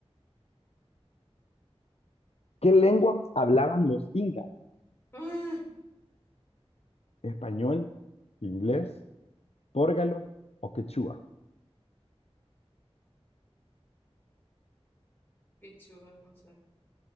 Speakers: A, on the left; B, on the left.
A: ¿Qué lengua hablaban los incas?
B: Ah,
A: ¿Español, inglés, pórgalo o quechua?
B: Pichúa, no sé.